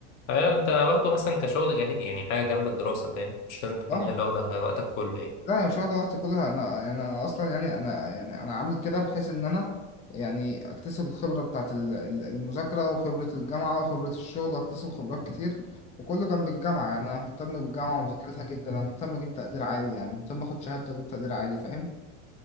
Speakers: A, on the left; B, on the left.
A: فأنت واخده مثلا كشغل جانبي يعني حاجة جنب الدراسة فاهم مش لازم تكون
B: اه
A: هي اللي واخدة وقتك كله يعني
B: لا يعني مش واخد الوقت كله انا يعني انا اصلا يعني انا يعني انا عامل كده بحيث ان انا يعني اكتسب الخبره بتاعت ال- ال- المذاكره وخبره الجامعه وخبره الشغل اكتسب خبرات كتير وكله جنب الجامعه يعني انا مهتم بالجامعه ومذاكرتها جدا انا مهتم اجيب تقدير عالي يعني مهتم اخد شهاده واجيب تقدير عالي فاهم